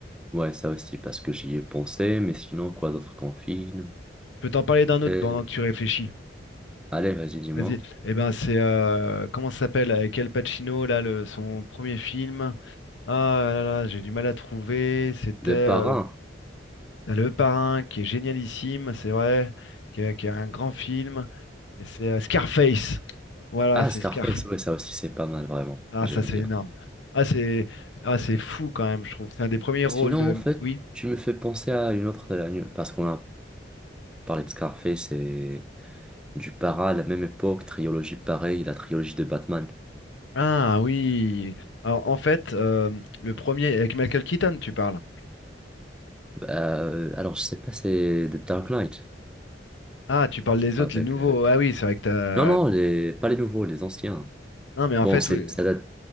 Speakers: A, in the centre; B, on the left.
A: Ouais, ça aussi, parce que j'y ai pensé, mais sinon, quoi d'autre qu'en film?
B: Je peux t'en parler d'un autre
A: Euh,
B: pendant que tu réfléchis.
A: allez, vas-y, dis-moi.
B: Vas-y. Eh ben, c'est... euh, comment ça s'appelle? Avec Al Pacino, là, le- son premier film. Ah là là, j'ai du mal à trouver. C'était
A: Le
B: euh,
A: parrain.
B: t'as Le Parrain, qui est génialissime, c'est vrai, qui est, qui est un grand film. Et c'est euh, Scarface. Voilà,
A: Ah,
B: c'est
A: Scarface,
B: Scarface.
A: ouais, ça aussi, c'est pas mal, vraiment.
B: Ah,
A: J'aime
B: ça, c'est
A: bien.
B: énorme. Ah, c'est ah, c'est fou quand même, je trouve. C'est un des premiers rôles
A: Sinon,
B: de...
A: en fait,
B: Oui?
A: tu me fais penser à une autre, à une- parce qu'on a parlé de Scarface et du Para à la même époque, trilogie pareille, la trilogie de Batman.
B: Ah oui. Alors en fait, euh, le premier avec Michael Keaton, tu parles.
A: Euh, alors, je sais pas, c'est The Dark Knight,
B: Ah, tu parles
A: tu
B: des
A: vois,
B: autres,
A: avec...
B: les nouveaux.
A: euh,
B: Ah oui, c'est vrai que t'as.
A: Non, non, les... pas les nouveaux, les anciens.
B: Non, mais en
A: Bon,
B: fait,
A: c'est,
B: oui.
A: ça date...